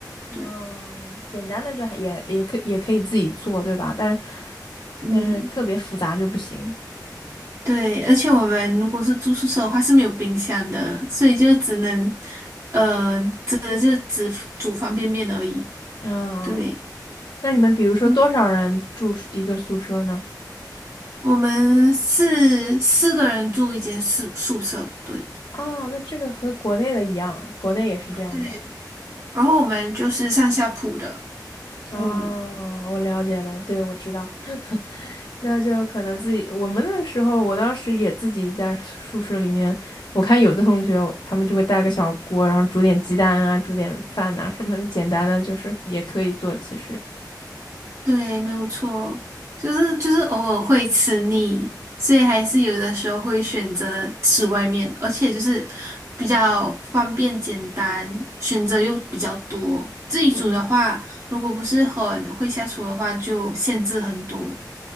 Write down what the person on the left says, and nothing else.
哦，
简单的就还也也可也可以自己做，对吧？但是
但是特别复杂就不行。
啊，
那你们比如说多少人住宿一个宿舍呢？
啊，那这个和国内的一样，国内也是这样的。
啊，我了解了，对，我知道。<laughs> 那就可能自己，我们那时候，我当时也自己在宿舍里面，我看有的同学他们就会带个小锅，然后煮点鸡蛋啊，煮点饭呐、什么的，简单的就是也可以做，其实。
嗯。